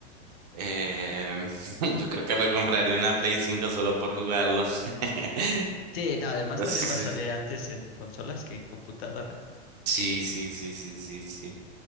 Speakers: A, on the right; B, on the left.
A: eh, <laughs> yo creo que me compraría una Play 5 solo por jugarlo. <laughs>
B: Sí, no, además
A: Entonces,
B: también va a salir antes en consolas que en computadora.
A: Sí, sí, sí, sí, sí, sí.